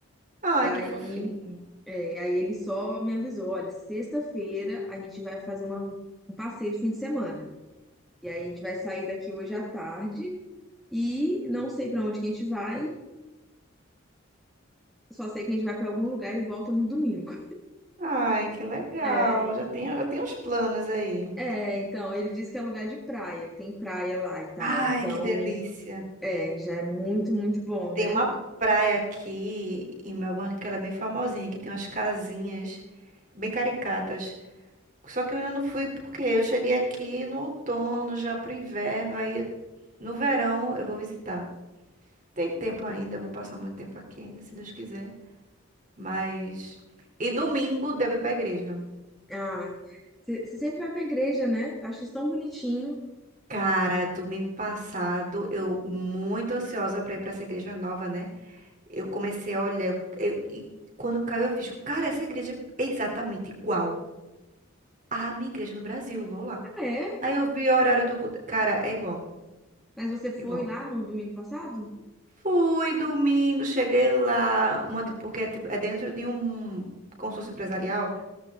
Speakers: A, on the right (about 35°); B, in the centre.
A: Ai,
B: E aí,
A: que fofinho.
B: é, aí ele só me avisou: olha, sexta-feira a gente vai fazer uma, um passeio de fim de semana. E aí a gente vai sair daqui hoje à tarde e não sei pra onde que a gente vai, só sei que a gente vai pra algum lugar e volta no domingo.
A: Ai, que legal.
B: <laughs>
A: Já tenho, já tenho uns planos aí.
B: É, então, ele disse que é lugar de praia, que tem praia lá e tal.
A: Ai,
B: Então,
A: que delícia.
B: é, já é muito, muito bom,
A: Tem
B: né?
A: uma praia aqui em Melbourne que ela é bem famosinha, que tem umas casinhas bem caricatas. Só que eu ainda não fui porque eu cheguei aqui no outono, já pro inverno, aí no verão eu vou visitar. Tem tempo ainda, eu vou passar muito tempo aqui ainda, se Deus quiser. Mas. E domingo devo ir pra igreja.
B: Ah, você sempre vai pra igreja, né? Eu Acho isso tão bonitinho.
A: Cara, domingo passado eu muito ansiosa pra ir pra essa igreja nova, né? Eu comecei a olhar, eu, eu- e quando caiu a ficha, cara, essa igreja é exatamente igual à minha igreja no Brasil, vou lá.
B: Ah, é?
A: Aí eu vi o horário do culto, cara, é igual,
B: Mas você foi
A: igual.
B: lá no domingo passado?
A: Fui domingo, cheguei lá, uma, di- porque é, tipo- é dentro de um consórcio empresarial.